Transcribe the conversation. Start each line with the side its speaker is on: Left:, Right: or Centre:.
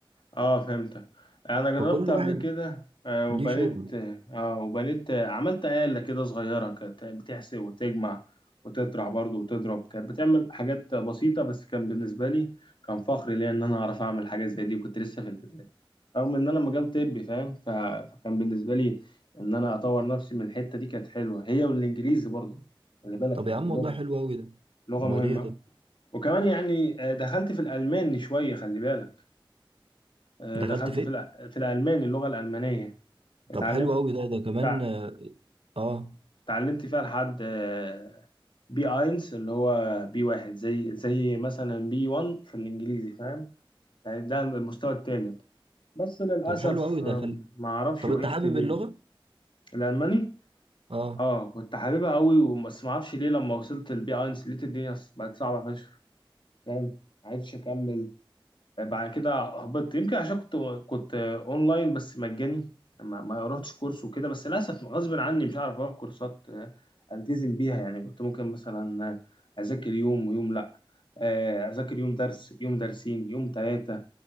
Left: اه فهمتك انا جربت
Right: فكل
Left: قبل
Right: واحد
Left: كده آه، وبنيت
Right: ليه شغله
Left: اه وبنيت آه، عملت آلة كده صغيرة كانت بتحسب وتجمع وتطرح برضه وتضرب كانت بتعمل حاجات بسيطة بس كان بالنسبة لي كان فخر ليا ان انا اعرف اعمل حاجة زي دي كنت لسه في البداية رغم ان انا مجال طبي فاهم ف... فكان بالنسبة لي ان انا اطور نفسي من الحتة دي كانت حلوة هي والانجليزي برضه خلي بالك
Right: طب
Left: يعني
Right: يا عم
Left: اللغة
Right: والله حلو أوي ده
Left: لغة
Right: أمال
Left: مهمة
Right: إيه طب
Left: وكمان يعني آه، دخلت في الألماني شوية خلي بالك آه،
Right: دخلت
Left: دخلت
Right: فين؟
Left: في الأ- في الألماني اللغة الألمانية اتعلمت
Right: طب حلو أوي ده ده كمان
Left: تع-
Right: آه آه.
Left: اتعلمت فيها لحد آه، بي اينس اللي هو بي واحد زي زي مثلا بي 1 في الإنجليزي فاهم يعني ده المستوى الثالث بس للأسف
Right: طب حلو أوي دخل
Left: آم، ما أعرفش
Right: طب
Left: وقفت
Right: أنت حابب
Left: ليه
Right: اللغة؟
Left: الألماني
Right: آه
Left: اه كنت حاببها قوي بس ما اعرفش ليه لما وصلت البي اينس لقيت الدنيا بقت صعبة فشخ فاهم ما عرفتش أكمل بعد كده هبطت يمكن عشان كنت كنت اونلاين بس مجاني ما, ما رحتش كورس وكده بس للاسف غصب عني مش هعرف اروح كورسات آه، التزم بيها يعني كنت ممكن مثلا اذاكر يوم ويوم لا آه، اذاكر يوم درس يوم درسين يوم ثلاثه